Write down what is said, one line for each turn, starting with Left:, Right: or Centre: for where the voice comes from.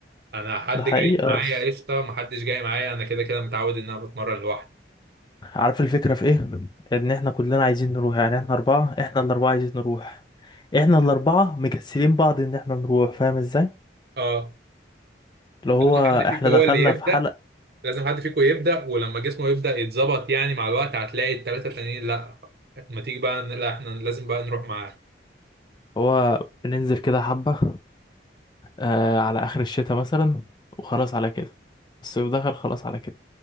Right: انا حد
Left: ده حقيقة
Right: جاي معايا
Left: بس
Right: قشطه محدش جاي معايا انا كده كده متعود ان انا بتمرن لوحدي
Left: عارف الفكرة في ايه ان احنا كلنا عايزين نروح يعني احنا اربعة احنا الاربعة عايزين نروح احنا الاربعة مكسلين بعض ان احنا نروح فاهم ازاي
Right: اه
Left: اللي هو
Right: لازم حد فيكم
Left: احنا
Right: هو
Left: دخلنا
Right: اللي يبدا
Left: في حلقة
Right: لازم حد فيكم يبدا ولما جسمه يبدا يتظبط يعني مع الوقت هتلاقي الثلاثه التانيين لا ما تيجي بقى لا احنا لازم بقى نروح معاه
Left: هو بننزل كده حبة آه على اخر الشتاء مثلا وخلاص على كده الصيف دخل خلاص على كده